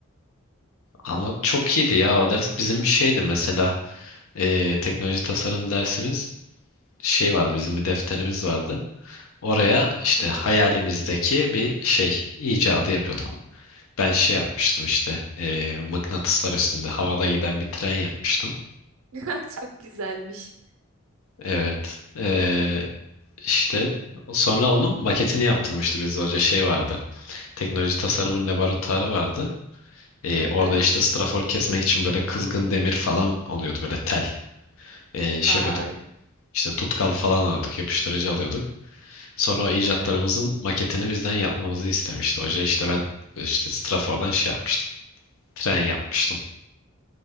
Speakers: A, on the left; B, on the right.
A: ama çok iyiydi ya o ders. Bizim şeydi mesela e, teknoloji tasarım dersimiz. şey vardı bizim bir defterimiz vardı. Oraya işte
B: Bizim
A: hayalimizdeki
B: mi?
A: bir şey icadı yapıyorduk. Ben şey yapmıştım işte eee, mıknatıslar üstünde havada giden bir tren yapmıştım.
B: <laughs> Çok güzelmiş.
A: Evet Eee, işte sonra onun maketini yaptırmıştı biz hoca şey vardı. Teknoloji tasarımın laboratuvarı vardı. Eee,
B: Hı
A: orada
B: hı.
A: işte strafor kesmek için böyle kızgın demir falan oluyordu böyle tel. Eee, şey
B: Vay.
A: yapıyorduk işte tutkal falan alıyorduk yapıştırıcı alıyorduk. Sonra o icatlarımızın
B: Hı hı.
A: maketini bizden yapmamızı istemişti hoca. İşte ben işte Strafor'dan şey yapmıştım. Tren yapmıştım.